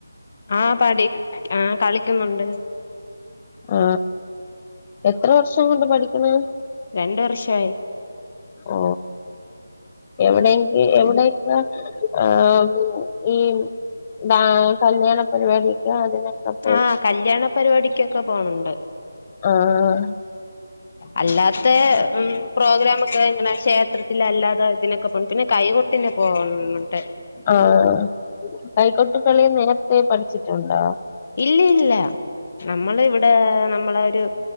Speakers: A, on the left (about 40°); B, on the left (about 25°).
A: ആ പഠി ആ കളിക്കുന്നൊണ്ട്
B: ആ എത്ര വർഷം കൊണ്ട് പഠിക്കണ്
A: രണ്ട് വർഷവായി
B: ഓ എവിടെങ്കി എവിടെക്കെ ആഹ് ഈ ടാ കല്യാണ പരിപാടി <unintelligible> അതിനൊക്കെ പോയി
A: ആ കല്യാണ പരിപാടിക്കൊക്കെ പോണുണ്ട്
B: ആഹ്
A: അല്ലാത്തെ ഉം പ്രോഗ്രാമൊക്കെ എങ്ങന ക്ഷേത്രത്തിലെ അല്ലാതെ ഇതിനൊക്കെ പോവും കൈകൊട്ടിന് പോന്നുണ്ട്
B: ആഹ് കൈകൊട്ട് കളിയും നേരത്തെ പഠിച്ചിട്ടുണ്ടോ?
A: ഇല്ലില്ല നമ്മള് ഇവിടെ നമ്മളൊരു